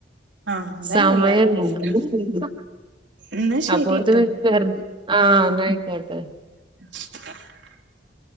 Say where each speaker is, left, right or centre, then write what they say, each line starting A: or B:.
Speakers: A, on the right; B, on the right.
A: ആഹ് അതന്നെ
B: സമയല്ല
A: എല്ലാരേം അവസ്ഥ എന്നാ ശരിട്ടോ
B: അപ്പോത്തിന് ആഹ് നായിക്കോട്ടെ
A: <unintelligible>